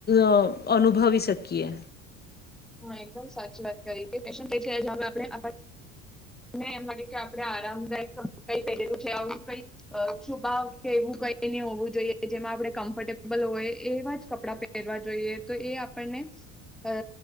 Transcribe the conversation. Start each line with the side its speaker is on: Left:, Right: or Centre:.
Left: અ અનુભવી શકીએ.
Centre: હા એકદમ સાચી વાત કરી <inaudible> એમ લાગે કે આપણે આરામદાયક કઈ પહેરેલું છે આવું કઈક શુભાવ કે એવું કઈ હોવું જોઈએ જેમાં આપણે કમ્ફર્ટેબલ હોય એવા જ કપડા પહેરવા જોઈએ તો એ આપણને અ